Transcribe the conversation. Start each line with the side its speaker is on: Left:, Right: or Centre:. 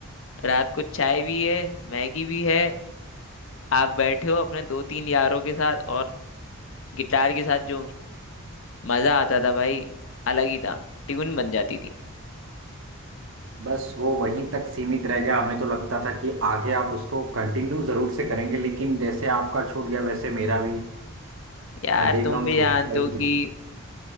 Left: रात को चाय भी है मैगी भी है आप बैठे हो अपने दो तीन यारों के साथ और गिटार के साथ जो मजा आता था भाई अलग ही था ट्यून बन जाती थी
Right: बस वो वहीं तक सीमित रह गया हमें तो लगता था कि आगे आप उसको कंटिन्यू जरूर से करेंगे लेकिन जैसे आपका छूट गया वैसे मेरा भी
Left: यार
Right: मैं देख
Left: तुम
Right: रहा हूँ
Left: भी
Right: छूट
Left: जानते
Right: ही
Left: हो कि
Right: गया